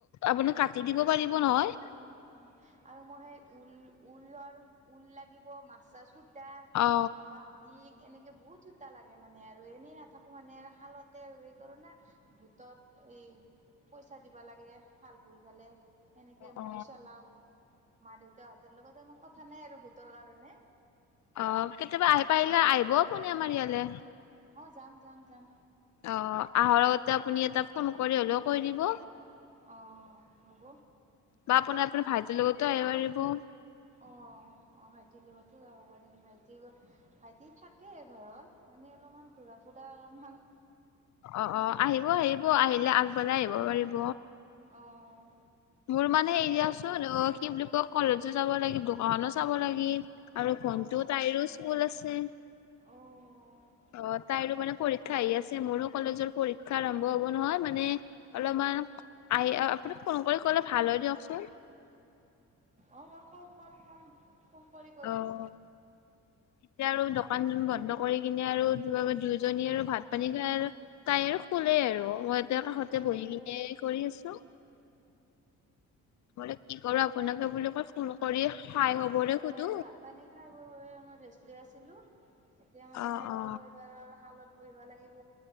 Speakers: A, on the left (about 65°); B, on the right (about 25°).
A: আপোনাৰ কাটি। দিব পাৰিব নহয়।
B: অ' আৰু মই সেই ঊল ঊলৰ। ঊল লাগিব, মাচ ৰাছ সূতা লাগিব তা
A: অ
B: আমাৰ দিক এনেকে বহুত সূতা লাগে। মানে আৰু এনেই নাথাকো মানে, আৰু শালত ত' হেৰি কাৰনে গোটত এই পইচা দিবা লাগে শাল বৈ পিলে। এনেকেই
A: অ
B: মই চলাও। <unintelligible> মাৰ-দেউতাহঁতৰ লগত ইমান কথা নাই আৰু গোটৰ কাৰণে।
A: অ' কেতিয়াবা আহিব পাৰিলে আহিব আপুনি আমাৰ ইয়ালৈ।
B: অ' যাম যাম যাম।
A: অ আহাৰ আগতে আপুনি এটা ফোন কৰি হ'লেওঁ কৈ দিব।
B: অহ, হ'ব,
A: বা আপোনাৰ আপোনাৰ ভাইটিৰ লগতো আহিব পাৰিব অ
B: অহ, অহ, ভাইটিৰ লগটো যাব পাৰিম, ভাইটি টি অ', ভাইটি থাকে ঘৰত মানে, অলপমান ঘূৰা-ফুৰা অলপমান
A: অ', অ', আহিব, আহিব ব' আহিলে, আগবেলাই
B: অ
A: আহিব পাৰিব।
B: অ অ
A: মোৰ মানে, এৰিয়াচোন
B: এ
A: অ', সি বুলি কক কলেজো যাব লাগিল, দোকানো চাব লাগিল। আৰু
B: অ',
A: ভন্টিও
B: অ',
A: তাইৰো স্কুল আছে,
B: উম,
A: অ', তাইৰো মানে পৰীক্ষা আহি আছে, মোৰো কলেজৰ পৰীক্ষা আৰম্ভ হ'ব নহয়, মানে অলপমান আই আপোনাক ফোন কৰি ভাল হয় দিয়কচোন।
B: অ', আকৌ কম, কম ফোন কৰি কৈ
A: অ',
B: দিম।
A: এতিয়া আৰু দোকানজন বন্ধ কৰি কিনে আৰু দুয়ো দুয়োজনী আৰু ভাত
B: উম,
A: পানী খাই আৰ তাই আৰু শুলে
B: উম,
A: আৰু আৰু মই এতিয়া কাষতে
B: অ', অ'।
A: বহি কিনে এই কৰি আছোঁ। বোলে কি কৰোঁ, আপোনাকে বোলো মই ফোন কৰি খাই
B: অ',
A: খবৰে
B: মই
A: সোধো
B: এনে ভাত পানী খাই বৈ অলপ ৰেষ্ট লৈ আছিলোঁ। এতিয়া মানে
A: অ
B: আৰু
A: অ
B: এইবাৰ শালত বহিব লাগিব,